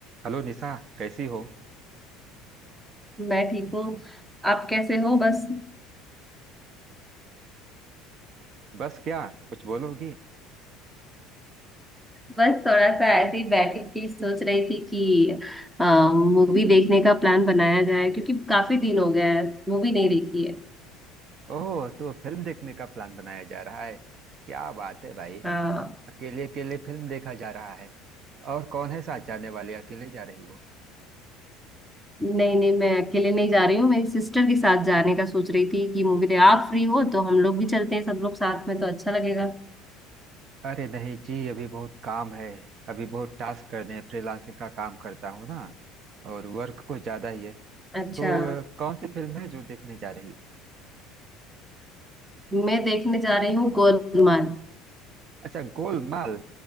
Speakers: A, on the right; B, in the centre.
A: Hello Nisha कैसी हो
B: मैं ठीक हूँ आप कैसे हो बस
A: बस क्या कुछ बोलोगी
B: बस थोड़ा सा ऐसे ही बैठी थी सोच रही थी कि मूवी देखने का प्लान बनाया जाए क्योंकि काफी दिन हो गया है मूवी नहीं देखी है
A: ओह तो फिल्म देखने का प्लान बनाया जा रहा है क्या बात है भाई
B: हाँ
A: अकेले अकेले फिल्म देखा जा रहा है और कौन है साथ जाने वाले अकेले जा रही हो
B: नहीं नहीं मैं अकेले नहीं जा रही हूँ मेरी सिस्टर के साथ जाने का सोच रही थी कि मूवी दे आप फ्री हो तो हम लोग भी चलते हैं सब लोग साथ में तो अच्छा लगेगा
A: अरे नहीं जी अभी बहुत काम है अभी बहुत टास्क करने हैं फ्रीलांसिंग का काम करता हूँ ना और वर्क कुछ ज्यादा ही है
B: अच्छा
A: तो अ, कौन सी फिल्म है जो देखने जा रही हो
B: मैं देखने जा रही हूँ गोलमाल
A: अच्छा गोलमाल